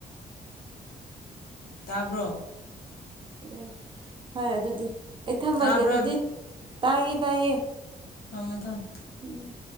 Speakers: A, on the left; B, on the right.
A: ꯇꯥꯕ꯭ꯔꯣ
B: <unintelligible> ꯐꯔꯦ ꯑꯗꯨꯗꯤ ꯑꯩ ꯊꯝꯃꯒꯦ
A: ꯇꯥꯕ꯭ꯔꯣ
B: ꯑꯗꯨꯗꯤ ꯇꯥꯏꯌꯦ ꯇꯥꯏꯌꯦ
A: ꯊꯝꯃꯨ ꯊꯝꯃꯨ
B: ꯎꯝ